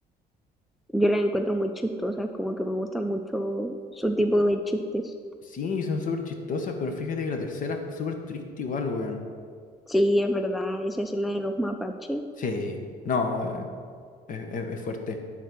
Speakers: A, in the centre; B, on the left (about 50°).
A: Yo las encuentro muy chistosas, como que me gusta mucho su tipo de chistes.
B: Sí, son súper chistosas, pero fíjate que la tercera es súper triste igual, weón.
A: Sí, es verdad, esa escena de los mapaches,
B: Sí, no, eh, es es- es fuerte.